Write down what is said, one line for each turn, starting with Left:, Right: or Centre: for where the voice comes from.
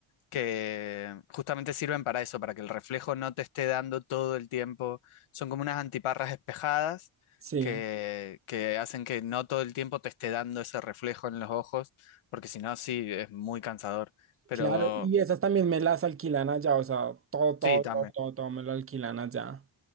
Left: que justamente sirven para eso, para que el reflejo no te esté dando todo el tiempo. Son como unas antiparras espejadas
Right: Sí,
Left: que, que hacen que no todo el tiempo te esté dando ese reflejo en los ojos, porque si no, sí, es muy cansador. Pero
Right: claro. Y esas también me las alquilan allá, o sea, todo, todo,
Left: sí, también.
Right: todo, todo, todo me lo alquilan allá.